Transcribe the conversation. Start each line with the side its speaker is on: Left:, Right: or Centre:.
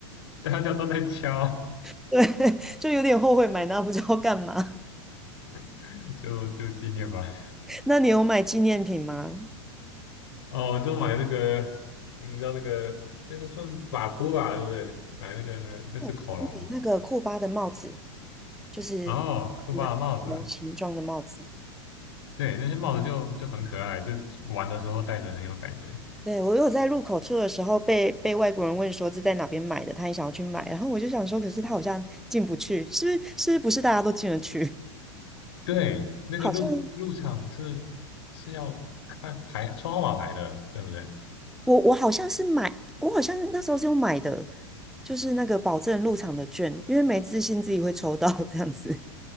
Left: 大家都在敲，
Centre: <laughs> 对，就有点后悔买那不知道干嘛。
Left: <laughs> 就就纪念吧。
Centre: <laughs> 那你有买纪念品吗？
Left: 哦，我就买那个，你知道那个那个算法扑吧，对不对？买那个那只恐龙，
Centre: 我买那个库巴的帽子，就是一个条形状的帽子。
Left: 哦，酷科巴的帽子，对，那些帽子就就很可爱，就玩的时候戴着很有感觉。
Centre: 对，我有在入口处的时候被被外国人问说是在哪边买的，他也想要去买，然后我就想说，可是他好像进不去，是不是？是不是大家都进得去？
Left: 对，
Centre: <laughs>
Left: 那个入入场是是要看牌抽号码牌的，
Centre: 好像
Left: 对不对？
Centre: 我我好像是买，我好像那时候是有买的，就是那个保证入场的券，因为没自信自己会抽到这样子。